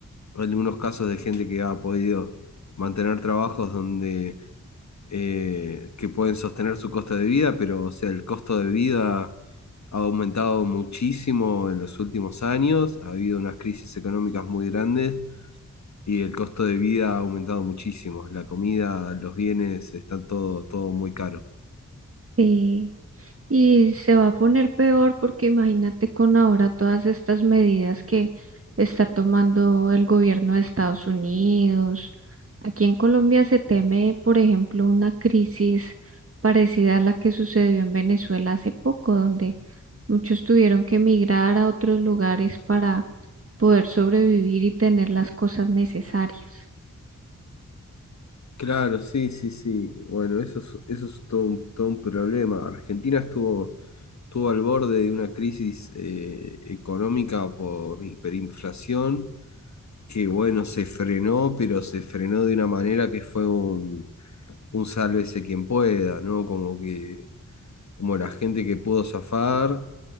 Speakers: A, on the left (about 60°); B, on the right (about 45°).
A: algunos casos de gente que ha podido mantener trabajos donde eh, que pueden sostener su costo de vida, pero o sea, el costo de vida ha aumentado muchísimo en los últimos años, ha habido unas crisis económicas muy grandes y el costo de vida ha aumentado muchísimo. La comida, los bienes, están todo, todo muy caro.
B: Sí. Y se va a poner peor porque imagínate con ahora todas estas medidas que está tomando el gobierno de Estados Unidos. Aquí en Colombia se teme, por ejemplo, una crisis parecida a la que sucedió en Venezuela hace poco, donde muchos tuvieron que emigrar a otros lugares para poder sobrevivir y tener las cosas necesarias.
A: Claro, sí, sí, sí. Bueno, eso es, eso es todo un, todo un problema. Argentina estuvo, estuvo al borde de una crisis eh, económica por hiperinflación, que bueno, se frenó, pero se frenó de una manera que fue un, un sálvese quien pueda, ¿no? Como que, como la gente que pudo zafar,